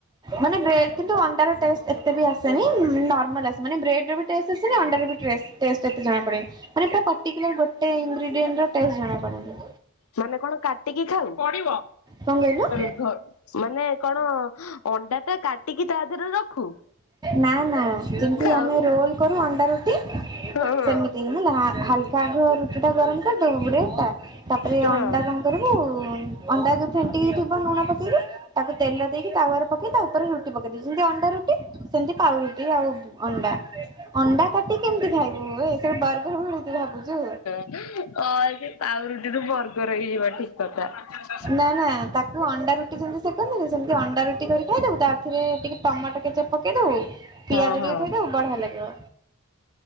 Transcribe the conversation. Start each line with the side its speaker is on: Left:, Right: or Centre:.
Right: ମାନେ, ବ୍ରେଡ କିନ୍ତୁ ଅଣ୍ଡାର ଟେଷ୍ଟ ଏତେ ବି ଆସେନି, ନର୍ମାଲ ଆସେ, ମାନେ ବ୍ରେଡ ଟେଷ୍ଟ ଅଛି ନା, ଅଣ୍ଡାରରେ ବି ଟେଷ୍ଟ, ଟେଷ୍ଟ ଏତେ ଜଣା ପଡ଼େନି। ମାନେ, ପର୍ଟିକୁଲାର ଗୋଟେ <unintelligible> ଟେଷ୍ଟ ଜଣା ପଡୁନି।
Left: ମାନେ, କଣ କାଟିକି ଖାଉ ପଡିବ?
Right: କଣ କହିଲୁ?
Left: <inaudible> ମାନେ, କଣ ଅଣ୍ଡାଟା କାଟିକି ତା ଦେହରେ ରଖୁ?
Right: ନା ନା, ଯେମିତି
Left: ଖାଉ
Right: ଆମେ ରୋଲ କରୁ ଅଣ୍ଡା ରୁଟି,
Left: ହଁ ହଁ।
Right: ସେମିତି। <unintelligible> ହାଲକା ରୁଟିଟା ଗରମ କରିଦେବୁ ବ୍ରେଡ଼୍ ଟା, ତାପରେ
Left: ହଁ
Right: ଅଣ୍ଡା କଣ କରିବୁ? ଅଣ୍ଡା ଯଉ ଫେଣ୍ଟିକି ଥିବ, ଲୁଣ ପକେଇକି ତାକୁ ତେଲ ଦେଇକି ତାୱରେ ପକେଇ, ତା ଉପରେ ରୁଟି ପକେଇ ଦଉଛନ୍ତି, ଯେମତି ଅଣ୍ଡା ରୁଟି। ସେମିତି ପାଉଁରୁଟି ଆଉ ଅଣ୍ଡା ଅଣ୍ଡା କା- ଟି କେମିତି ଖାଇବୁ, <inaudible> ଭାବୁଛୁ।
Left: ହଁ, ଏବେ ପାଉଁ ରୁଟି ରୁ ବର୍ଗର ହେଇଯିବା, ଠିକ୍। <unintelligible>
Right: ନା ନା, ତାକୁ ଅଣ୍ଡା ରୁଟି ଯେମିତି ସେକନ୍ତିନି, ସେମିତି ଅଣ୍ଡା ରୁଟି କରି ଖାଇଦବୁ। ତା ଧିଅରେ ର ଟିକେ ଟମାଟୋ <inaudible> ପକେଇ ପକେଇଦବୁ, ପିଆଜ
Left: ହଁ ହଁ
Right: ଟିକେ ଥୋଇଦବୁ, ବଢିଆ ଲାଗିବ।